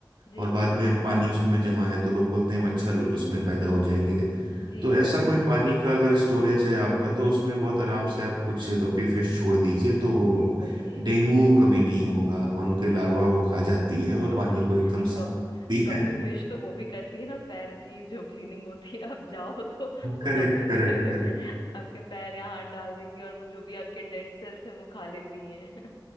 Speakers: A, on the left; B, on the right.
A: जी
B: और बाद में पानी उसमें जमा है तो लोग बोलते हैं मच्छर उसमें पैदा हो जाएंगे
A: जी
B: तो ऐसा कोई पानी का अगर स्टोरेज है आपका तो उसमें बहुत आराम से आप कुछ गप्पी फिश छोड़ दीजिए तो वो
A: Okay
B: डेंगू कभी नहीं होगा और उनके लार्वा वो खा जाती है और
A: okay
B: पानी को एकदम साफ
A: गप
B: रखती
A: गप्पी
B: है
A: फिश तो वो भी करती है ना पैर की जो क्लीनिंग होती है आप जाओ तो वो
B: <laughs> Correct
A: गप्पी में,
B: correct correct
A: में आपके पैर या हाथ डाल देंगी और वो जो भी आपके डेड सेल्स हैं वो खा लेती हैं